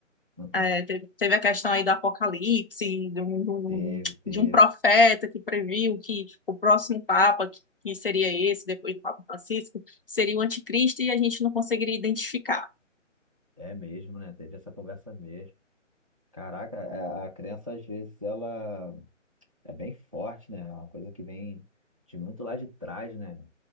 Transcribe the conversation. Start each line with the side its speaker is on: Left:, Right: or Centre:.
Right: <laughs>
Left: É, teve, teve a questão aí do apocalipse, de um, de um-
Right: Teve, teve.
Left: de um profeta que previu que o próximo Papa, que, que seria esse, depois do Papa Francisco, seria o anticristo e a gente não conseguiria identificar.
Right: É mesmo, né? Teve essa conversa mesmo. Caraca, a, a criança às vezes ela É bem forte, né? É uma coisa que vem de muito lá de trás, né?